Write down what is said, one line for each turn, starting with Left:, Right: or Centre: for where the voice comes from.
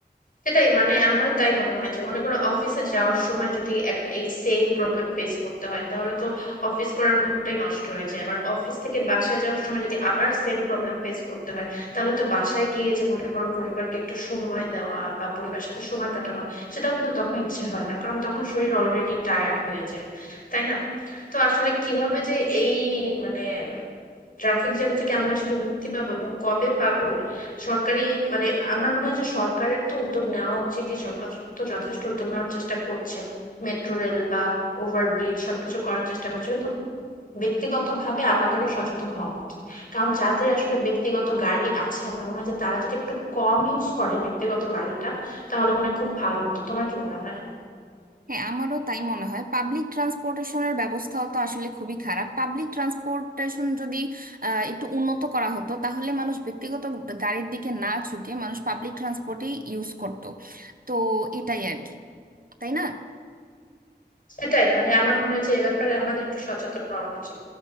Left: সেটাই মানে আমারও তাই মনে হয় যে মনে করো অফিসে যাওয়ার সময় যদি একটা এই সেম প্রবলেম ফেস করতে হয় তাহলে তো অফিস করার মুডটাই নষ্ট হয়ে যায় আবার অফিস থেকে বাসায় যাওয়ার সময় যদি আবার সেম প্রবলেম ফেস করতে হয় তাহলে তো বাসায় গিয়ে যে মনে করো পরিবারকে একটু সময় দেওয়া বা পরিবারের সাথে সময় কাটানো সেটাও কিন্তু তখন ইচ্ছে হয় না কারণ তখন শরীর অলরেডি টায়ার্ড হয়ে যায় তাই না তো আসলে কিভাবে যে এই মানে ট্রাফিক জ্যাম থেকে আমরা আসলে মুক্তি পাবো এবং কবে পাবো সরকারি মানে আমার মনে হয় যে সরকারের তো উদ্যোগ নেওয়া উচিত সরকার তো যথেষ্ট উদ্যোগ নেওয়ার চেষ্টা করছে মেট্রো রেল বা ওভারব্রিজ সবকিছু করার চেষ্টা করছে কিন্তু ব্যক্তিগতভাবে আমাদেরও সচেতন হওয়া উচিত কারণ যাদের আসলে ব্যক্তিগত গাড়ি আছে আমার মনে হয় যে তারা যদি একটু কম ইউজ করে ব্যক্তিগত গাড়িটা তাহলে মনে হয় খুব ভালো হতো তোমার কি মনে হয়
Right: হ্যাঁ আমারও তাই মনে হয় পাবলিক ট্রান্সপোর্টেশনের ব্যবস্থাও তো আসলে খুবই খারাপ পাবলিক ট্রান্সপোর্টেশন যদি আহ, একটু উন্নত করা হতো তাহলে মানুষ ব্যক্তিগত গাড়ির দিকে না ঝুঁকে মানুষ পাবলিক ট্রান্সপোর্টেই ইউজ করত তো এটাই আর কি তাই না
Left: সেটাই মানে আমার মনে হয় যে এ ব্যাপারে আমাদের একটু সচেতন হওয়া উচিত